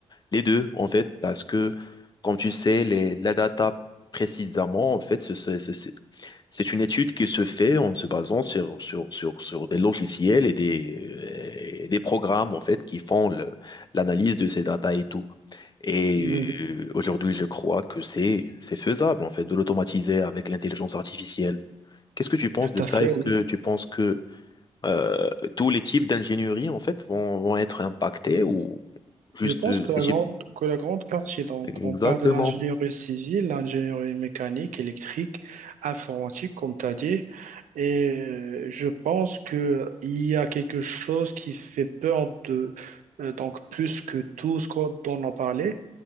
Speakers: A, on the left; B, on the right.
A: Les deux, en fait, parce que, comme tu sais, les, la data précisément, en fait, ce- ce- ce- c'est c'est une étude qui se fait en se basant sur, sur, sur, sur des logiciels et des, euh, et des programmes, en fait, qui font le- l'analyse de ces data et tout. Et
B: Oui, oui,
A: euh, aujourd'hui, je crois que c'est, c'est faisable, en fait, de l'automatiser avec l'intelligence artificielle. Qu'est-ce que tu penses
B: tout
A: de ça?
B: à fait,
A: Est-ce
B: oui.
A: que tu penses que euh, tous les types d'ingénierie, en fait, vont, vont être impactés ou juste
B: Je pense
A: euh,
B: que
A: ces
B: la
A: types?
B: grande, que la grande partie, donc
A: Exactement.
B: on parle de l'ingénierie civile, l'ingénierie mécanique, électrique, informatique, comme tu as dit, et euh, je pense que il y a quelque chose qui fait peur de, euh, donc plus que tout ce qu'on- dont on a parlé,